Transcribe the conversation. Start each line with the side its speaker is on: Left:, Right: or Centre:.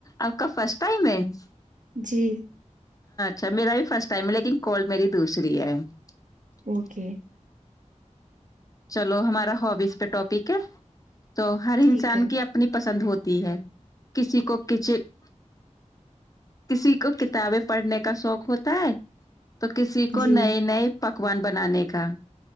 Left: آپ کا فرسٹ ٹائم ہے <unintelligible>
Right: جی
Left: س میر آائی فسٹ <unintelligible> ٹم لیکن کال میری دوسری ہے <unintelligible>
Right: اوکے
Left: چلو ہمارا ہبیز پہ ٹاپک ہے تو ہر انسان
Right: ٹھیک ہے
Left: کی اپنی پسند ہوتی <unintelligible> ہے کسی کو کچن کسی کو کتابیں پڑھنے کا شوق ہوتا ہے <unintelligible> تو کسی کو
Right: جی
Left: نئے نئے پک پکوان بنانے کا <unintelligible>